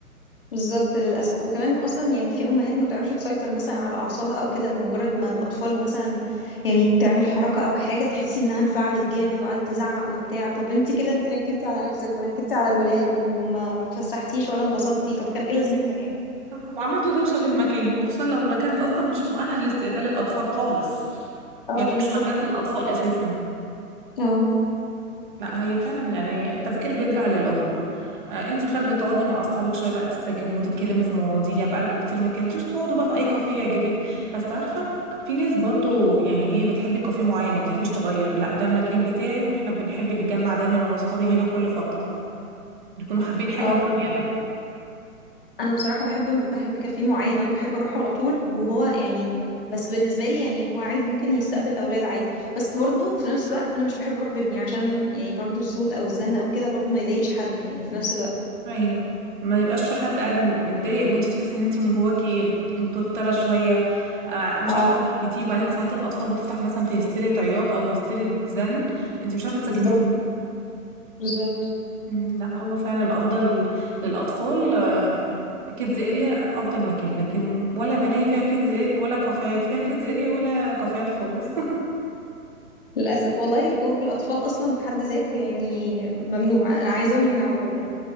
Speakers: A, on the left (about 35°); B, on the right (about 35°).
A: بالظبط للأسف وكمان أصلا يعني في أمهات ما بتعرفش تسيطر مثلا على أعصابها أو كده مجرد ما الأطفال مثلا يعني تعمل حركة أو حاجة تحسي إنها انفعلت جامد وقعدت تزعق وبتاع طب أنت كده أنت نكدتي على نفسك ونكدتي على الولاد وما متفسحتيش ولا انبسطتي طب كان إيه لازمتها يعني
B: صح وعملتوا دوشة في المكان وخصوصا لو المكان ده أصلا مش مؤهل لاستقبال الأطفال خالص
A: اه
B: يعني
A: بالظبط
B: مش مكان للأطفال أساسا
A: اه
B: لا هي فعلا يعني التفكير بيرجع للأم آه أنت خارجة تقعدي مع أصحابك شوية بقى تستجموا تتكلموا في مواضيع بقالكوا كتير ما اتكلمتوش تقعدوا بقى في أي كافيه يعجبك بس عارفة في ناس برضو يعني هي بتحب كافيه معين ما بتحبش تغير لا ده المكان بتاعي واحنا بنحب نتجمع دايما أنا وأصحابي هنا كل فترة يكونوا حابين حاجة
A: اه
B: معينة
A: بالظبط انا بصراحه بحب بحب كافيه معين انا بحب اروحه على طول وهو يعني بس بالنسبه لي يعني هو عادي ممكن يستقبل اولاد عادي بس برضو في نفس الوقت انا مش بحب اروح بابني عشان يعني برضو الصوت او الزن او كده برضو ما يضايقش حد يعني في نفس الوقت
B: ايوه ما يبقاش في حد قاعد متضايق وانت تحسي ان انت من جواكي متوتره شويه آه، مش
A: اه
B: عارفه تسكتيه وبعدين ساعات الاطفال بتفتح مثلا في هستيريا عياط او هستيريا زن انت مش عارفه تسكتيهم
A: بالظبط بالظبط
B: مم، لا هو فعلا الافضل للاطفال كيدز اريا افضل مكان لكن ولا ملاهي فيها كيدز ولا كافيهات فيها كيدز اريا ولا كافيهات خالص
A: للاسف والله الخروج بالاطفال اصلا في حد ذاته يعني ممنوع انا عايزاهم يمنعوه والله